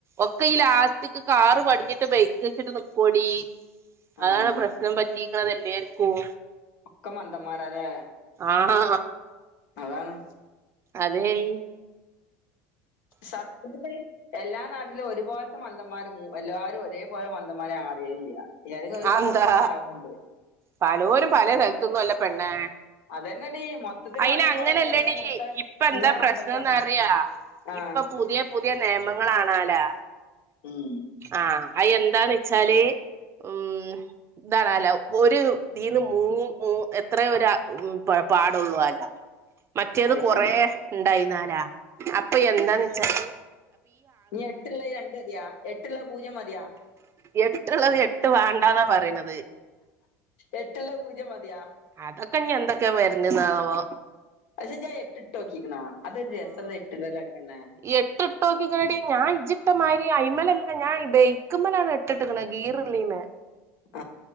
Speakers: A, on the right (about 40°); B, on the left (about 75°).
A: ഒക്കെ ഈ ലാസ്റ്റിക് കാറ് പടിഞ്ഞിട്ട് ബൈക്ക് വെച്ചിട്ട് നിക്കോടീ.
B: ആഹ്
A: അഹാണ് പ്രശ്നം പറ്റിക്ണെതെല്ലേർക്കും.
B: ഒക്കെ മന്തംമാരാലെ?
A: ആണാ.
B: അതാണ്
A: അതേ ഈ
B: സത്യത്തില് എല്ലാ നാട്ടിലും ഒരു പോൽത്തെ മന്ദന്മാരും എല്ലാരും ഒരേപോലെ മന്ദന്മാരെ അറിയലില്യ എന്തെങ്കിലൊരു
A: അതെന്താ
B: ഭാഗം മന്താവല്ണ്ട്
A: പലോരും പല സ്ഥലത്തൊന്നു അല്ല പെണ്ണേ
B: അതന്നെടി മൊത്തത്തിൽ
A: അയിനങ്ങനെല്ലടി
B: മന്ദപ്പാവണ കാര്യം മൊത്തം
A: ഇപ്പ എന്താ
B: ഇങ്ങളെ
A: പ്രശ്നംന്നറിയൊ?
B: മന്ദപ്പാണ് ആഹ്
A: ഇപ്പം പുതിയ പുതിയ നെയമങ്ങളാണാലാ?
B: ഉം
A: ആഹ അയെന്താന്നെച്ചാല് ഉം ഇതാണാലോ ഒരു ഇതീന്ന് മൂന്ന് മൂ എത്രയൊരാൾക്ക് പാടൊള്ളോലാ? മറ്റേത്
B: അത്
A: കൊറേ
B: ശരി
A: ഇണ്ടായിന്നാലാ. അപ്പൊ എന്താന്നെച്ചാല്.
B: ഇഞ് എട്ട്ള്ളെ രണ്ടതിയൊ എട്ട്ള്ളെ പൂജ്യം മതിയാ?
A: എട്ടുള്ളത് എട്ട് വാണ്ടാന്നാ പറിണത്.
B: എട്ട്ള്ള പൂജ്യം മത്യാ.
A: അതൊക്കെഞെന്തൊക്കെ വര്ന് ന്നാവം.
B: അജ് ജാ എട്ട് ട്ടോക്കിക്ക്ണ അതൊരസള്ള എട്ട് ടലടി പെണ്ണെ.
A: എട്ട്ട്ടോക്കിണെടി ഞാ ഇജിട്ടമാരി അയ്മലല്ല ഞാ ഇ ബെയ്ക്ക്മ്മലാണ് എ ട്ട്ട്ട്ക്ക്ണ് ഗീർല്ലീമെ.
B: <inaudible>